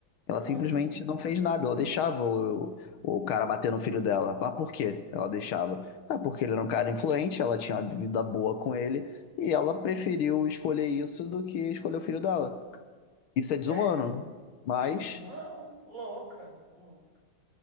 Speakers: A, on the left; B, on the right.
A: Ela
B: uhum,
A: simplesmente não fez nada, ela deixava o, o cara bater no filho dela. Mas por quê? Ela deixava. Ah, porque ele era um cara influente, ela tinha uma vida boa com ele, e ela preferiu escolher isso do que escolher o filho dela. Isso é desumano,
B: é,
A: mas
B: desumano, louca, louca,